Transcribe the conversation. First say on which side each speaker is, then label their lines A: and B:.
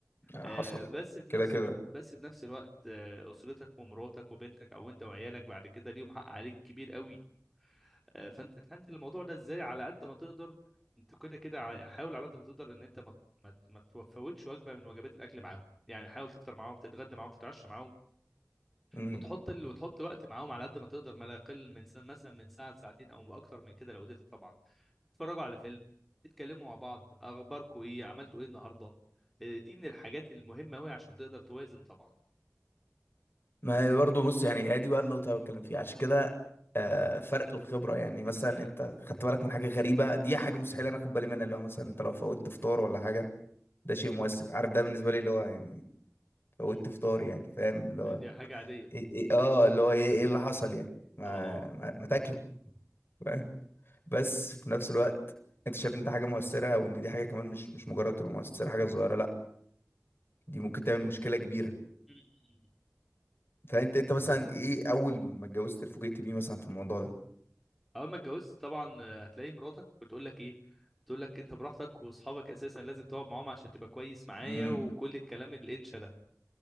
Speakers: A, on the left; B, in the centre.
A: حصل
B: آه، بس في
A: كده
B: نفس
A: كده
B: ال... بس في نفس الوقت آه، اسرتك ومراتك وبنتك او انت وعيالك بعد كده ليهم حق عليك كبير قوي آه، فانت تهندل الموضوع ده ازاي على قد ما تقدر انت كده كده ع- حاول على قد ما تقدر ان انت ما ما ما تفوتش وجبه من وجبات الاكل معاهم يعني حاول تفطر معاهم تتغدى معاهم تتعشى معاهم
A: مم.
B: وتحط ال... وتحط وقت معاهم على قد ما تقدر ما لا يقل من سا... مثلا من ساعه لساعتين او اكتر من كده لو قدرت طبعا تتفرجوا على فيلم تتكلموا مع بعض اخباركم ايه عملتوا ايه النهارده إيه، دي من الحاجات المهمه قوي عشان تقدر توازن طبعا
A: ما
B: فاهم
A: هي برضو بص يعني هي دي بقى النقطة اللي بتكلم فيها عشان كده آه، فرق الخبرة يعني مثلا
B: مم.
A: انت خدت بالك من حاجة غريبة دي حاجة مستحيل انا اخد بالي منها اللي هو مثلا انت لو فوتت فطار ولا حاجة ده شيء مؤثر عارف ده بالنسبة لي اللي هو يعني فوتت
B: مم.
A: فطار يعني فاهم اللي هو
B: دي حاجه عاديه
A: إيه إيه اه اللي هو ايه ايه اللي حصل يعني ما
B: اه اه
A: ما, ما تاكله فاهم بس في نفس الوقت انت شايف ان دي حاجه مؤثره او ان دي حاجه كمان مش مش مجرد تبقى مؤثره حاجه صغيره لا دي ممكن تعمل مشكله كبيره
B: مم.
A: فانت انت مثلا ايه اول ما اتجوزت اتفوجئت بيه مثلا في الموضوع ده
B: اول ما اتجوزت طبعا آه، هتلاقي مراتك بتقول لك ايه بتقول لك انت براحتك واصحابك اساسا لازم تقعد معاهم عشان تبقى كويس معايا
A: امم
B: وكل الكلام الانشا ده